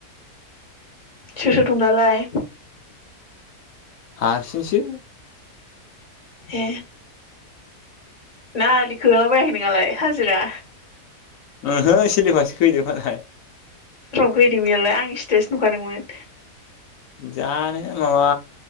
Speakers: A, on the left; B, on the left.
A: सोर सोर दं दालाय
B: हारसिंसो
A: ए ना आलि खोलाबायाखै नोङालाय हाजिरा
B: ओहो सिलिबासो फैदो मालाय
A: फैदों बियालाय आं स्टेटास नुखादोंमोन
B: जानो माबा